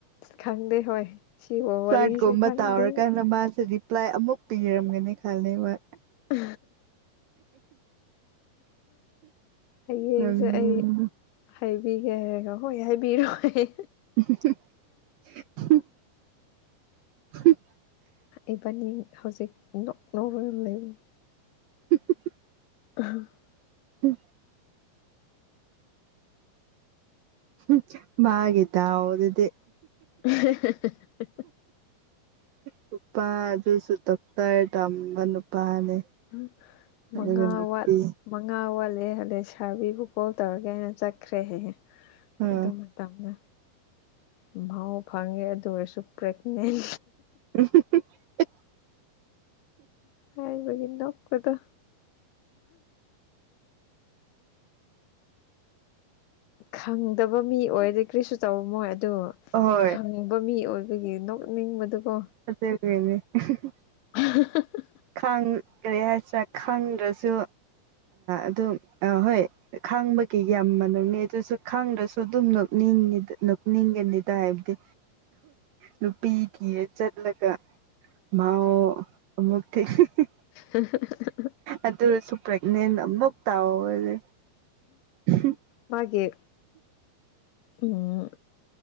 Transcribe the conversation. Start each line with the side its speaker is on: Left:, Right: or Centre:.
Left: ꯈꯪꯗꯦ ꯍꯣꯏ ꯁꯤꯕꯨ
Right: ꯐ꯭ꯂꯠꯒꯨꯝꯕ
Left: ꯋꯥꯔꯤꯁꯦ ꯈꯪꯗꯦ
Right: ꯇꯥ ꯑꯣꯏꯔ ꯀꯥꯟꯅ ꯃꯥꯁꯗꯤ ꯄ꯭ꯂꯥꯏ ꯑꯃꯨꯛ ꯄꯤꯔꯝꯒꯅꯤ ꯈꯜꯂꯤ ꯋꯥ
Left: <inaudible> ꯍꯌꯦꯡꯁꯦ
Right: ꯅꯣꯛꯅꯤꯡ
Left: ꯑꯩ ꯍꯥꯏꯕꯤꯒꯦ ꯍꯥꯏꯔꯒ ꯍꯣꯏ ꯍꯥꯏꯕꯤꯔꯣ ꯍꯥꯢꯌꯦ
Right: <inaudible>
Left: ꯏꯕꯥꯅꯤ ꯍꯧꯖꯤꯛ ꯅꯣꯛ ꯅꯧꯔꯒ ꯂꯩꯕꯅꯦ
Right: <inaudible>
Left: ꯑ <unintelligible>
Right: ꯍꯝ ꯍꯝ ꯃꯥꯒꯤ ꯗꯥꯎꯗꯨꯗꯤ
Left: ꯍ <unintelligible> <inaudible>
Right: ꯅꯨꯄꯥ ꯑꯗꯨꯁꯨ ꯗꯣꯛꯇꯔ ꯇꯝꯕ ꯅꯨꯄꯥꯅꯦ
Left: ꯎꯝ
Right: ꯑꯗꯨꯒ
Left: ꯃꯉꯥꯋꯥꯠ
Right: ꯅꯨꯄꯤ
Left: ꯃꯉꯥ ꯋꯥꯠꯂꯦ ꯑꯗꯩ ꯁꯥꯔꯕꯤꯕꯨ ꯀꯣꯜ ꯇꯧꯔꯒꯦ ꯍꯥꯢꯅ ꯆꯠꯈ꯭ꯔꯦ ꯍꯥꯢꯌꯦ
Right: ꯑꯥ
Left: ꯑꯗꯨ ꯃꯇꯝꯗ ꯏꯃꯥꯎ ꯐꯪꯉꯦ ꯑꯗꯨ ꯑꯣꯏꯔꯁꯨ ꯄ꯭ꯔꯦꯒꯅꯦꯟ
Right: ꯎꯝ <inaudible> <unintelligible>
Left: ꯑꯩꯕꯨꯗꯤ ꯅꯣꯛꯄꯗꯣ ꯈꯪꯗꯕ ꯃꯤ ꯑꯣꯏꯗꯤ ꯀꯔꯤꯁꯨ ꯇꯧꯔꯝꯃꯣꯏ ꯑꯗꯨ
Right: ꯑꯍꯣꯏ
Left: ꯈꯪꯕ ꯃꯤ ꯑꯣꯏꯕꯒꯤ ꯅꯤꯡꯕꯗꯨꯀꯣ
Right: ꯐꯠꯇ ꯀꯅꯦ <unintelligible>
Left: ꯎ <unintelligible> <inaudible>
Right: ꯈꯥꯡ ꯀꯔꯤ ꯍꯥꯏꯁꯤꯔꯥ ꯈꯪꯗ꯭ꯔꯁꯨ ꯑꯗꯨꯝ ꯍꯣꯏ ꯈꯥꯡꯕꯒꯤ ꯌꯥꯝ ꯃꯥꯝꯅꯕꯅꯤ ꯑꯗꯨꯁꯨ ꯈꯥꯡꯗ꯭ꯔꯁꯨ ꯑꯗꯨꯝ ꯅꯣꯛꯅꯤꯡ ꯅꯣꯛꯅꯤꯡꯒꯅꯤꯗ ꯍꯥꯏꯕꯗꯤ ꯅꯨꯄꯤ ꯊꯤꯔ ꯆꯠꯂꯒ ꯃꯥꯎ ꯑꯃꯨꯛ <inaudible>
Left: ꯍ <unintelligible> <inaudible>
Right: ꯑꯗꯨꯁꯨ ꯄ꯭ꯔꯒꯅꯦꯟ ꯑꯃꯨꯛ ꯊꯧꯔꯗꯤ ꯁꯨ <unintelligible> <inaudible>
Left: ꯃꯥꯒꯤ ꯎꯝ